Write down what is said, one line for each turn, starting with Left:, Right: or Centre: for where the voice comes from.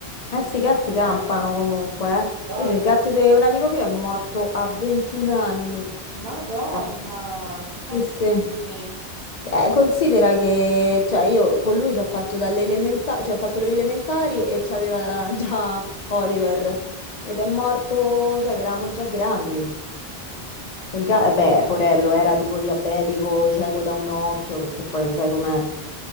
Right: Che
Left: Eh sì, i
Right: buono
Left: gatti
Right: che
Left: campano
Right: è.
Left: comunque. eh.
Right: Voglia.
Left: Invece il gatto di un amico mio è morto a 21 anni.
Right: Madonna,
Left: Cioè,
Right: sono tantissimi.
Left: sì, sì. Eh, considera che cioè, io con lui ci ho fatto dalle elementa- cioè, ho fatto le elementari e c'aveva già Oliver ed è morto, cioè che eravamo già grandi. Cioè, il ga- eh, beh, Porello era tipo diabetico, cieco da un occhio, perché poi lo sai com'è,